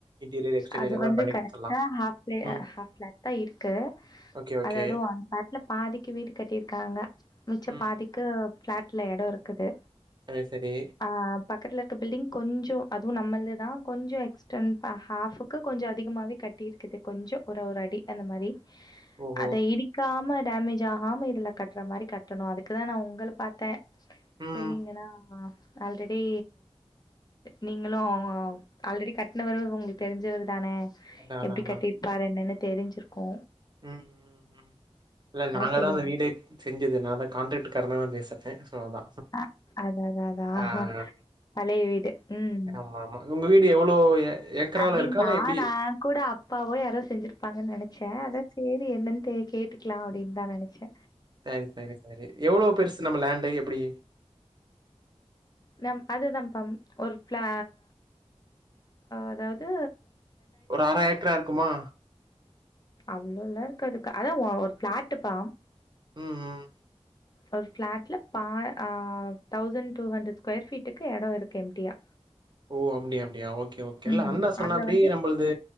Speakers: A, on the right; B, on the left.
A: இன்டீரியர், எக்ஸ்டீரியர்
B: அது
A: எல்லாம்
B: வந்து
A: பண்ணி
B: கரெக்டா
A: குடுத்துடலாம்.
B: ஆப்ஃ லே
A: ம்.
B: ஆப்ஃ ஃபிளாட் தா இருக்கு
A: ஓகே, ஓகே.
B: அதாது அந்த பாட்ல பாதிக்கு வீடு கட்டியிருக்காங்க மிச்ச
A: ம்.
B: பாதிக் கு ஃபிளாட்ல எடோ இருக்குது
A: அ சரி
B: ஆ பக்கத்துல இருக்ற பில்டிங் கொஞ்சோ அதுவும் நம்மள்து தா கொஞ்சோ எக்ஸ்டன்ப்பா ஆஃபுக்கு கொஞ்சோ அதிகமாகவே கட்டிருக்குது கொஞ்சோ ஒரு ஒரு அடி அந்த மாரி
A: ஓஹோ!
B: அத இடிக்காம டேமேஜ் ஆகாம இதுல கட்டுற மாரி கட்டணு அதுக்குதா நா உங்கள பாத்தே
A: ம்.
B: சென்னீங்கனா அஹ் ஆல்ரெடி நீங்களு ஆல்ரெடி கட்டன வர உங்ளுக் தெரிஞ்சவரு தானே
A: அதான், அதான்,
B: எப்டி
A: அதான்.
B: கட்டிருப்பாரு என்னன்னு தெரிஞ்சிருக்கோ
A: ம் ம் இல்ல நாங்க
B: சரி
A: தா அந்த
B: உங்க
A: வீடு செஞ்சது நா தா கான்ட்ராக்ட் கார தா பேசிட்டே ஸோ அதா
B: அ அதா அதா அதா
A: ஆஹ்
B: பழைய வீடு ம்.
A: ஆமா ஆமா உங்க வீடு எவ்ளோ ஏக்கரால
B: அப்டிங்களா
A: இருக்கா? இல்ல எப்டி?
B: நா கூட அப்பாவோ யாரோ செஞ்சிருப்பாங்கன்னு நெனைச்சே அத செரி என்னன்ட்டு கேட்டுக்கலா அப்டின்னு தா நெனச்சே
A: ஆ சரி சரி எவ்ளோ பெருசு நம்ம லேண்டு எப்டி
B: நம் அதுதான்ப்பம் ஒரு ப்ளா அதாவது
A: ஒரு அர ஏக்ரா இருக்குமா
B: அவ்ளோலா இருக்காது அதா ஒரு பிளாட்டுப்பா
A: ம் ம்
B: ஒரு ஃபிளாட்ல பா ஆ தௌசண்ட் டூ ஹண்ட்ரட் ஸ்கொயர் ஃபீட்டுக்கு எடோ இருக்கு எம்டியா
A: ஓ அப்டி அப்டியா ஓகே ஓகே இல்ல
B: ம்.
A: அண்ணா சொன்னாப்டி
B: அதுல வந்து
A: நம்மளது